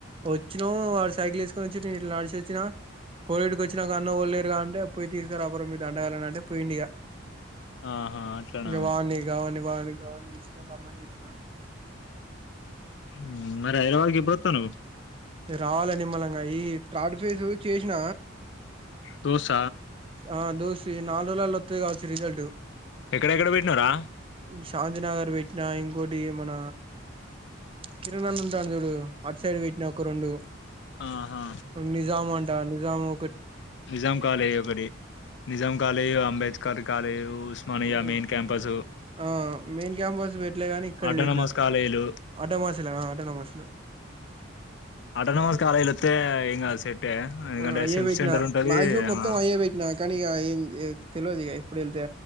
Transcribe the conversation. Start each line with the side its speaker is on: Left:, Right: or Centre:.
Right: వచ్చి ను వాడు సైకిల్ ఎస్కొని వచ్చిటీ ఇట్ల ఆడేసొచ్చినా. పో ఈడకి వచ్చినక అన్న ఎవళ్లేరుగా అంటే పోయి తీస్కరా పొర మీ దండగాళ్ళని అంటే పోయిండు ఇగ
Left: ఆ ఆహా అట్లనా
Right: ఇగ వాన్ని గావన్నివ నీగవన్ని పిలుచుకొని రమ్మని జెప్పిన
Left: మ్ మరి హైదరాబాద్కి ఎప్పుడు వత్తనవ్
Right: రావాలే నిమ్మలంగా ఈ థ్రర్డ్ ఫేజ్ చేసిన.
Left: తోస్
Right: ఆ దోసి నాల్రోళ్ళల్ల వత్తది గావచ్చు రిజల్జు
Left: ఎక్కడెక్కడ పెట్టినవ్రా
Right: ఈ శాంతినగర్ వెట్టిన ఇంకోటి మన కిరణ్ అన్న ఉంటాడు చూడు అటు సైడ్ వెట్టినా ఒక రెండు
Left: ఆహా
Right: నిజాము అంట నిజాము
Left: నిజాం కాలేజ్ ఒకటి Nizam college Ambedkar college Osmania
Right: ఉమ్,
Left: మెయిన్ క్యాంపసు.
Right: ఆ మెయిన్ క్యాంపస్ పెట్టలే గాని ఇక్కడ
Left: ఆటోనమస్
Right: పెట్టినా
Left: కాలేజీలు
Right: ఆటో నమాస్ ఆటో నమాస్ హ <unintelligible>
Left: అటోనమస్ కాలేజీలో వత్తే ఏం కాదు. ఎందుకంటే
Right: ఉం అయ్యే
Left: సెల్ఫ్
Right: పెట్టినా
Left: సెంటర్ ఉంటది
Right: మాక్సిమం మొత్తం
Left: ఆ
Right: అయ్యే పెట్టినా కాని ఇగ తెలివదు ఇగ ఎప్పుడు వెళ్తే